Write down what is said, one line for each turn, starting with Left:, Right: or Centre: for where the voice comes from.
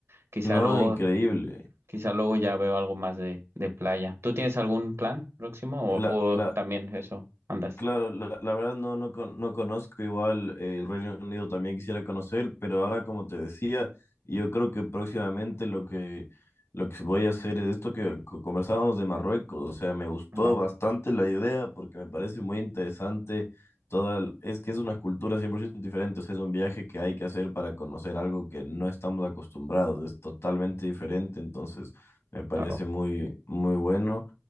Right: quizá
Left: No,
Right: luego,
Left: increíble.
Right: mm, quizá luego ya veo algo más de, de playa. ¿Tú tienes algún plan próximo
Left: La,
Right: o, o
Left: la,
Right: también eso andas?
Left: Claro, la, la verdad no, no, con- no conozco igual eh, el Reino Unido también quisiera conocer, pero ahora como te decía, yo creo que próximamente lo que, lo que voy a hacer es esto que co- conversábamos de Marruecos, o sea, me gustó
Right: Claro,
Left: bastante la idea porque me parece muy interesante toda, el- es que es una cultura 100% diferente, o sea, es un viaje que hay que hacer para conocer algo que no estamos acostumbrados, es totalmente diferente, entonces me parece
Right: claro.
Left: muy, muy bueno.